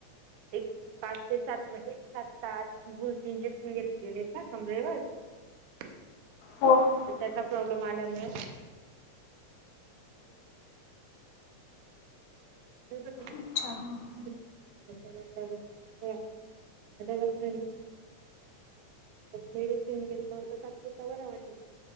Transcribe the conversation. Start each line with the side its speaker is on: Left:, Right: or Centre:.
Right: एक पाच ते सात मध्येज सात, आठ, भुलचे इंजेक्शन घेतले गेले आहेत ना कमरेवर. <inaudible> तर
Left: हो हो हो
Right: त्याचा प्रॉब्लेम आल्यामुळे ते <unintelligible>
Left: अच्छा! ह..
Right: घ आता बघ ग <unintelligible> मेडिसिन घेतलं होत तात्पुरत बर वाटेल.